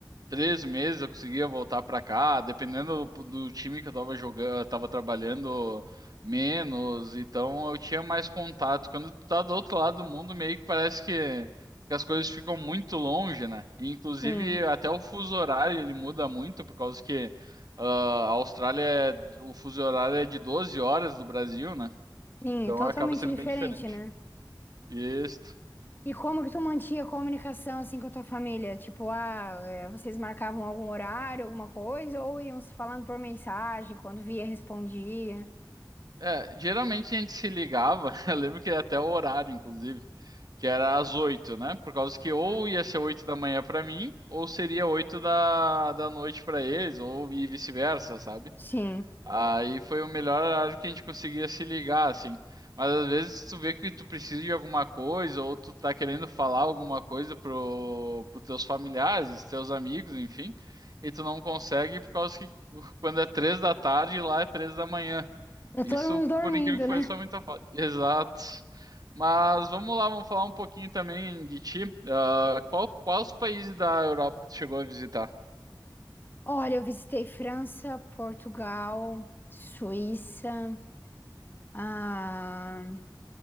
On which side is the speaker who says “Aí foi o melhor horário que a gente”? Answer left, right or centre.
Right